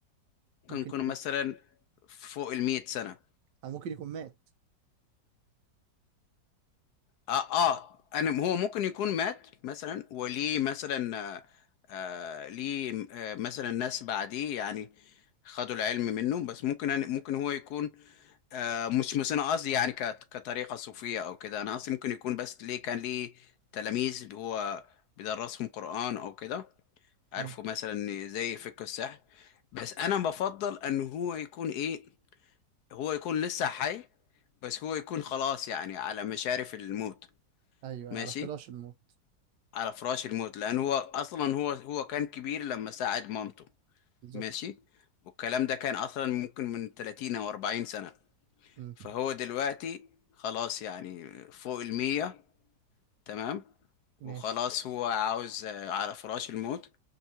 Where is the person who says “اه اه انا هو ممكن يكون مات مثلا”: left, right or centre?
Left